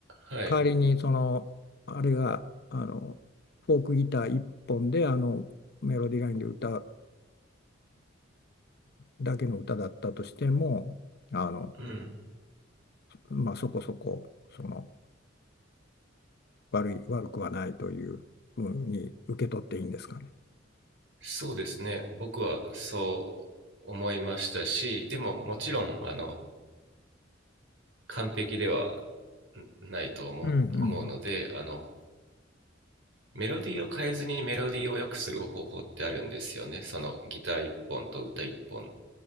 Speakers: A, on the right; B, on the left.
A: はい、
B: 代わりにそのあれがあのフォークギター1本であのメロディーラインで歌うだけの歌だったとしてもあの、
A: うん、
B: まあ、そこそこその悪い悪くはないというふうに受け取っていいんですかね。
A: そうですね僕はそう思いましたしでももちろんあの完璧ではないと思う思うのであの
B: うんうん
A: メロディーを変えずにメロディーを良くする方法ってあるんですよねそのギター1本と歌1本